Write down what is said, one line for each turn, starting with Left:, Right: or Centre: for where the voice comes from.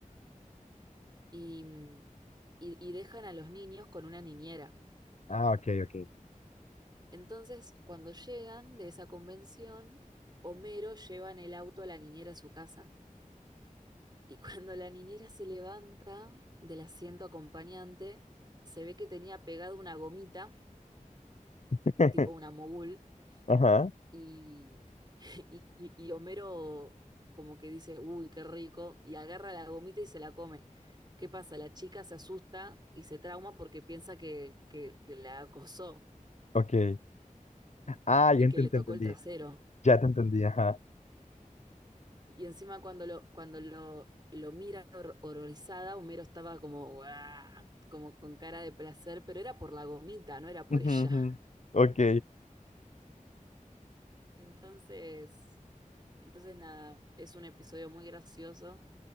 Right: y, mm, y- y dejan a los niños con una niñera.
Left: Ah, ok, ok.
Right: Entonces, cuando llegan de esa convención, Homero lleva en el auto a la niñera a su casa. Y cuando la niñera se levanta del asiento acompañante, se ve que tenía pegado una gomita,
Left: <laughs>
Right: tipo una mogul,
Left: Ajá,
Right: y, <laughs> y, y- y Homero como que dice, uy, qué rico, y agarra la gomita y se la come. ¿Qué pasa? La chica se asusta y se trauma porque piensa que, que, que la acosó.
Left: ok. Ah, ya
Right: y que
Left: te,
Right: le
Left: te
Right: tocó
Left: entendí.
Right: el trasero.
Left: Ya te entendí, ajá.
Right: Y encima cuando lo, cuando lo, lo mira hor- horrorizada, Homero estaba como, "Guau", como con cara de placer, pero era por la gomita, no era por
Left: Ujú,
Right: ella.
Left: ujú. Ok.
Right: <laughs> Entonces, entonces nada, es un episodio muy gracioso